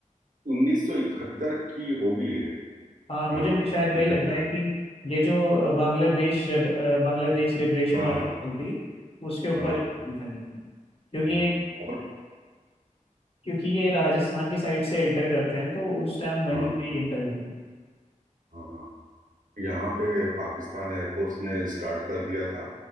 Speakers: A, on the right; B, on the left.
A: 1971 की होगी ये
B: हाँ मुझे
A: हाँ
B: भी शायद वही
A: इकहत्तर
B: लग रहा है कि ये जो अ, बांग्लादेश रेब- अ, बांग्लादेश लिबरेशन
A: हाँ
B: वाली battle थी उसके ऊपर
A: हाँ
B: ये movie बनी थी क्योंकि
A: हाँ
B: ये
A: और
B: क्योंकि ये राजस्थान की साइड से एंटर करते हैं तो उस टाइम वहीं
A: हाँ
B: पे एंटर हुए थे
A: हाँ यहाँ पे पाकिस्तान एयरफोर्स ने स्टार्ट कर दिया था